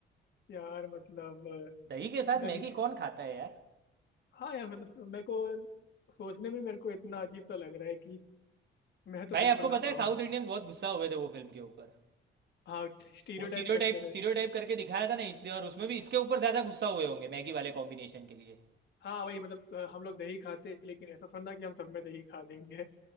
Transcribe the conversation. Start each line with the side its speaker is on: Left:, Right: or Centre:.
Left: यार मतलब अ,
Right: दही के साथ
Left: दही
Right: मैगी कौन खाता है यार
Left: हाँ यार मतलब मेरे को सोचने में मेरे को इतना अजीब सा लग रहा है कि मैं तो
Right: भाई
Left: बिल्कुल
Right: आपको
Left: ना
Right: पता
Left: खाऊं
Right: है साउथ इंडियंस बहुत गुस्सा हुए थे वो फिल्म के ऊपर
Left: हाँ स्टीरियोटाइप
Right: वो स्टीरियोटाइप
Left: कर दिया था
Right: स्टीरियोटाइप
Left: इसने
Right: करके दिखाया था ना इसलिए और उसमें भी इसके ऊपर ज्यादा गुस्सा हुए होंगे मैगी वाले कॉम्बिनेशन के लिए
Left: हाँ वही मतलब अ, हम लोग दही खाते हैं लेकिन ऐसा थोड़ा कि हम सब में दही खा लेंगे